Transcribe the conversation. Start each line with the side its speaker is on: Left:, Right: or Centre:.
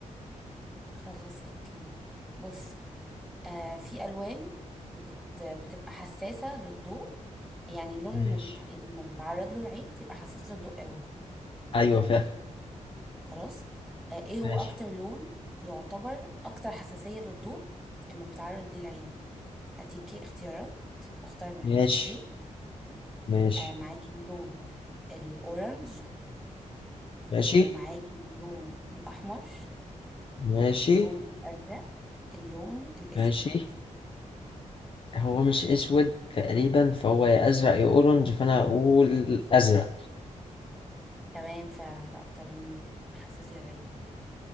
Centre: خلاص اوكي بص آه في ألوان بت بتبقى حساسة للضوء يعني اللون
Left: ماشي
Centre: لما بيتع... لما بيتعرض له العين بتبقى حساس للضوء قوي
Left: أيوة فاهم
Centre: خلاص آه ايه هو
Left: ماشي
Centre: أكتر لون يعتبر أكتر حساسية للضوء لما بيتعرض ليه العين هديكي اختيارات واختار منها
Left: ماشي
Centre: اوكي
Left: ماشي
Centre: آه معاكي اللون الأورنج
Left: ماشي
Centre: ومعاكي اللون الأحمر
Left: ماشي
Centre: اللون الأزرق اللون الأسود
Left: ماشي هو مش اسود تقريبا فهو يا ازرق يا اورنج فانا اقول ازرق
Centre: تمام فعلا ده أكتر لون حساس للعين